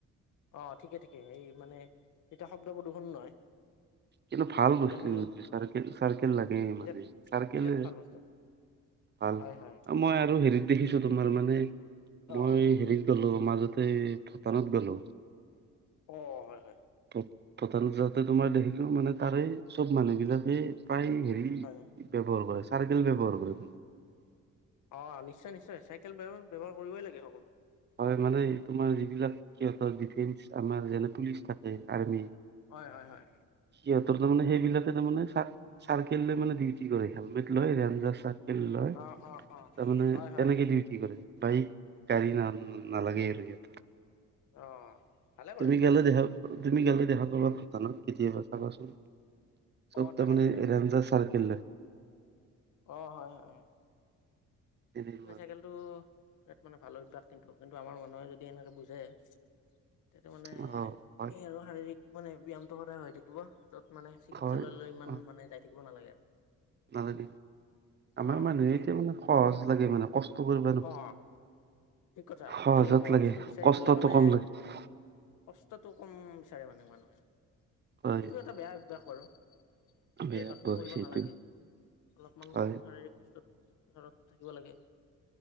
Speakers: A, on the left; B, on the right.
A: অঁ ঠিকে ঠিকে, সেই মানে তেতিয়া, শব্দবোৰ প্ৰদূষণ নহয়।
B: কিন্তু ভাল
A: আজিকালি
B: বস্তু চাৰ, চাইকেল লাগে
A: বিৰাট
B: মানে, চাইকেল-
A: বিৰাট ভাল বস্তু
B: ভাল,
A: হয় হয়
B: মই আৰু হেৰিত দেখিছো, তোমাৰ মানে মই
A: অ
B: হেৰিত- গলো, মাজতে ভূটানত গলো।
A: অ হয় হয়
B: তেত তালে যাওতে, তোমাৰ দেখিলো মানে- তাৰে চব মানুহবিলাকে প্ৰায় হেৰি,
A: হয়
B: ব্যৱহাৰ কৰে, চাইকেল ব্যৱহাৰ কৰে।
A: অঁ নিশ্চয়, নিশ্চয় চাইকেল ব্যৱহাৰ কৰিবই লাগে সকলোৱে।
B: হয়ঁ মানে, তোমাৰ যিবিলাক সিহঁতৰ ডিফেন্স আমাৰ যেনে পুলিচ থাকে আৰ্মি।
A: হয়ঁ, হয়ঁ, হয়ঁ।
B: সিহঁতৰ তাৰে সেইবিলাকে তাৰমানে, চাইকেল লৈ মানে ডিউটি কৰে, হেলমেট লয় ৰেঞ্জাৰ চা- লয়,
A: অ অ অ
B: তাৰমানে
A: হয় হয়
B: তেনেকে ডিউটি কৰে, বাইক- গাড়ী না, নালাগে আৰু সিহতক,
A: অ ভালে কৰে
B: তুমি গলে দেখা- তুমি গ'লে দেখা পাবা, ভূটানত কেতিয়াবা চাবাচোন। চব
A: অ
B: তাৰমানে
A: তাকে তাকে
B: ৰেঞ্জাৰ চাইকেলে।
A: অঁ হয়ঁ, হয়ঁ।
B: তেনেকুৱা
A: মানে চাইকেলটো, বিৰাট মানে ভাল অভ্যাস কিন্তু, কিন্তু আমাৰ মানুহে যদি এনেকে বুজে- তেতিয়া মানে,
B: অ হয়
A: এই আৰু শাৰীৰিক মানে ব্যায়ামটো সদায় হৈ থাকিব তো- মানে চিকিৎসালয়লৈ
B: হয়
A: ইমান
B: অ
A: মানে যাই থাকিব নালাগে আৰু।
B: নালাগে, আমাৰ
A: অ
B: মানুহে
A: সেই
B: এতিয়া মানে সহজ লাগে, মানে কষ্ট কৰি-
A: অ ঠিক কথা
B: সহজত
A: এই সহজটো
B: লাগে,
A: বিচাৰি
B: কষ্টটো
A: পেলাই মানে
B: কম লাগে।
A: কষ্টটো কম বিচাৰে মানে মানুহে এইটো
B: হয়
A: এটা বেয়া অভ্যাস বাৰু। এই
B: হয় বেয়া
A: অভ্যাসটো
B: পোৱা
A: কৰিব
B: হৈছে এইটো
A: নালাগে অলপমান
B: হয়
A: শাৰীৰিক কষ্টত- ওচৰত থাকিব লাগে।